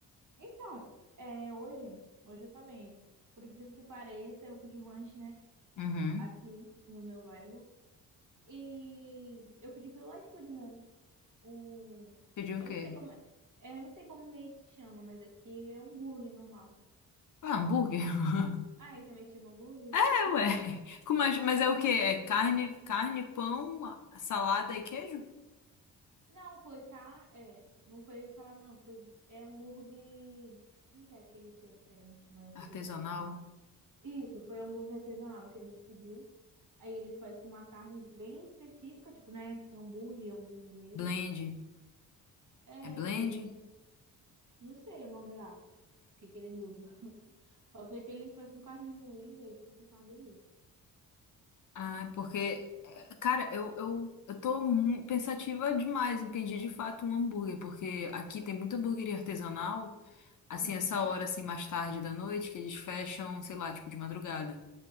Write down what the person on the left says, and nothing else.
Uhum.
Pedir
o quê?
Ah, hambúrguer? <laughs>
É, ué. Com mais- Mas
é
o
quê? É carne, carne, pão, salada e queijo?
Artesanal?
Blend?
É blend?
Ah, porque, eh, cara, eu, eu, eu tô mu- pensativa demais em pedir de fato um hambúrguer, porque aqui tem muita hambúrgueria artesanal, assim,
essa hora, assim, mais tarde da noite, que eles fecham, sei lá, tipo, de madrugada.